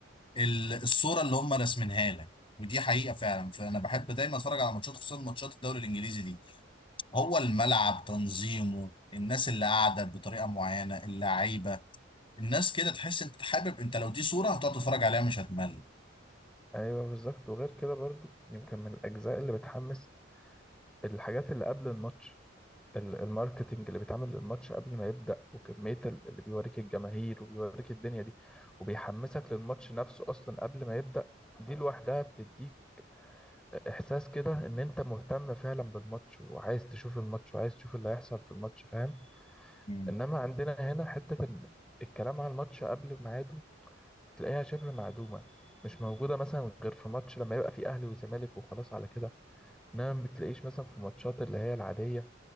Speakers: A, on the left; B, in the centre.
A: ال- الصورة اللي هم راسمينها لك ودي حقيقة فعلا فأنا بحب دايما أتفرج على ماتشات خصوصا ماتشات الدوري الإنجليزي دي هو الملعب تنظيمه الناس اللي قاعده بطريقه معينه اللعيبه الناس كده تحس انت حابب انت لو دي صوره هتقعد تتفرج عليها مش هتمل
B: أيوة بالظبط وغير كده برضو يمكن من الأجزاء اللي بتحمس الحاجات اللي قبل الماتش ال- الماركتينج اللي بيتعمل للماتش قبل ما يبدأ وكمية ال- اللي بيوريك الجماهير وبيوريك الدنيا دي وبيحمسك للماتش نفسه أصلا قبل ما يبدأ دي لوحدها بتديك إحساس كده إن أنت مهتم فعلا بالماتش وعايز تشوف الماتش وعايز تشوف اللي هيحصل في الماتش فاهم
A: مم.
B: إنما عندنا هنا حتة إن الكلام على الماتش قبل ميعاده بتلاقيها شبه معدومة مش موجودة مثلا غير في ماتش لما يبقى فيه أهلي وزمالك وخلاص على كده إنما ما بتلاقيش مثلا في ماتشات اللي هي العادية